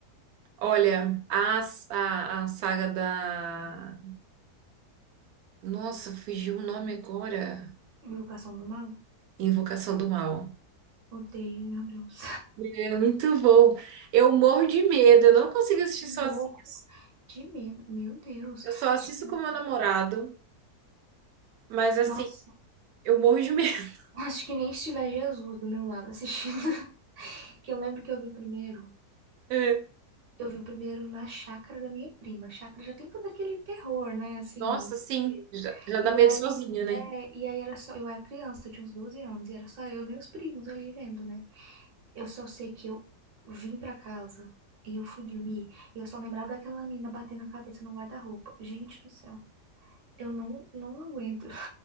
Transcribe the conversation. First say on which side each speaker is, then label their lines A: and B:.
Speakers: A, on the right; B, on the right.
A: Olha, a, a, a saga da. Nossa, fugiu o nome agora.
B: Invocação do Mal?
A: Invocação do Mal.
B: Odeio, meu Deus.
A: É muito bom. Eu morro de medo, eu não consigo assistir sozinhos.
B: Louco de medo, meu Deus.
A: Eu só assisto
B: Gente,
A: com meu namorado, mas assim,
B: Nossa,
A: eu morro de medo. <laughs>
B: acho que nem estiver Jesus do meu lado assistindo. <laughs> Que eu lembro que eu vi o primeiro.
A: É.
B: Eu vi o primeiro na chácara da minha prima. A chácara já tem todo aquele terror, né? Assim.
A: Nossa, sim, já, já dá
B: E
A: medo
B: aí,
A: sozinha, né?
B: é, e aí era só. Eu era criança, eu tinha uns 12 anos, e era só eu e meus primos ali vendo, né? Eu só sei que eu vim pra casa e eu fui dormir. E eu só lembrava daquela mina batendo a cabeça no guarda-roupa. Gente do céu, eu não, não aguento.